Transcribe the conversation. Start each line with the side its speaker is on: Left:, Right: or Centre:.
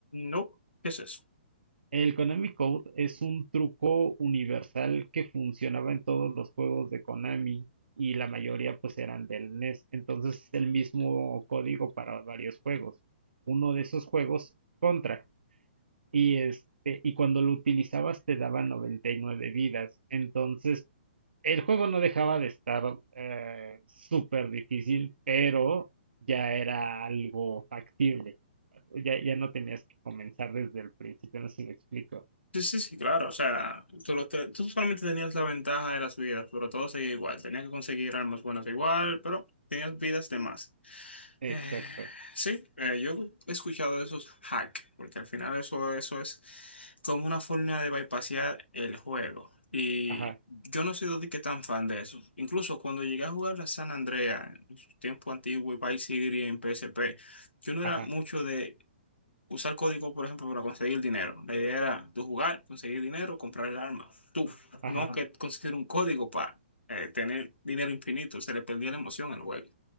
Left: No, ¿qué es eso?
Right: El Konami Code es un truco universal que funcionaba en todos los juegos de Konami y la mayoría pues eran del NES. Entonces, es el mismo código para varios juegos. Uno de esos juegos, Contra. Y este, y cuando lo utilizabas te daba 99 vidas. Entonces, el juego no dejaba de estar eh, súper difícil, pero ya era algo factible. Ya, ya no tenías que comenzar desde el principio, no sé si me explico.
Left: Sí, sí, sí, claro, o sea, tú, lo te- tú solamente tenías la ventaja de las vidas, pero todo seguía igual, tenías que conseguir armas buenas igual, pero tenías vidas de más.
Right: Exacto.
Left: Eh, sí, eh, yo he escuchado de esos hacks, porque al final eso, eso es como una forma de bypassear el juego. Y
Right: Ajá,
Left: yo no soy de que tan fan de eso. Incluso cuando llegué a jugar la San Andrea en su tiempo antiguo y Vice City en PSP, yo no
Right: ajá,
Left: era mucho de usar código, por ejemplo, para conseguir dinero. La idea era tú jugar, conseguir dinero, comprar el arma. Tú,
Right: ajá.
Left: no que conseguir un código para eh, tener dinero infinito. Se le perdía la emoción al juego.